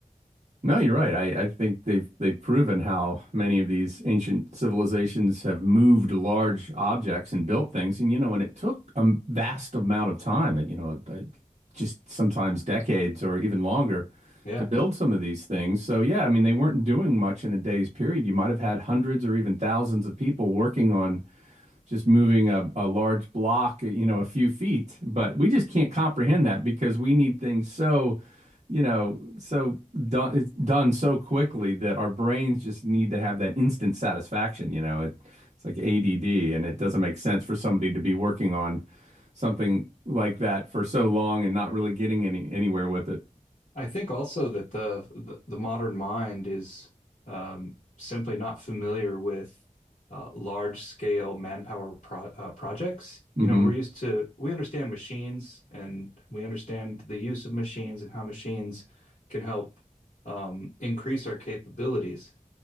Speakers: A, on the right (about 55°); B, on the left (about 75°).
A: No, you're right. I, I think they've they've proven how many of these ancient civilizations have moved large objects and built things. And you know, and it took a vast amount of time, you know, uh, just sometimes decades or even longer
B: Yeah.
A: to build some of these things. So yeah, I mean, they weren't doing much in a day's period. You might have had hundreds or even thousands of people working on just moving a, a large block, you know, a few feet. But we just can't comprehend that because we need things so, you know, so done, it's done so quickly that our brains just need to have that instant satisfaction. You know, it, it's like ADD, and it doesn't make sense for somebody to be working on something like that for so long and not really getting any anywhere with it.
B: I think also that the the, the modern mind is um, simply not familiar with uh, large scale manpower pro uh, projects.
A: hmm
B: You know, we're used to we understand machines and we understand the use of machines and how machines can help um, increase our capabilities.